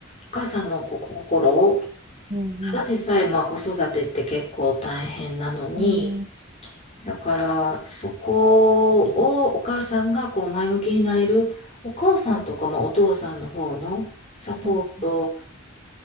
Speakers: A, on the left; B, on the right.
A: お母さんのこう心を、
B: え、うん、うん、
A: ただでさえまあ子育てって結構大変なのに、
B: うん、うん、
A: だから、そこをお母さんがこう前向きになれる、お母さんとかまあお父さんの方のサポート、
B: うん、